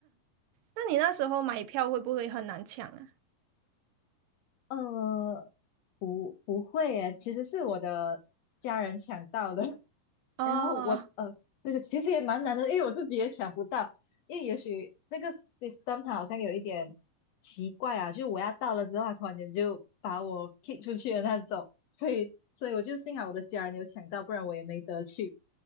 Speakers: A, on the right; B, on the left.
A: 那你那时候买票会不会很难抢啊？
B: 呃，不会耶，其实是我的家人抢到的，<laughs>
A: 哦，
B: 然后我呃，对对，其实也蛮难的，因为我自己也想不到，因为也许那个 system 它好像有一点奇怪啊，就我要到了之后，它突然间就把我 kick 出去的那种，所以所以我就幸好我的家人有抢到，不然我也没得去。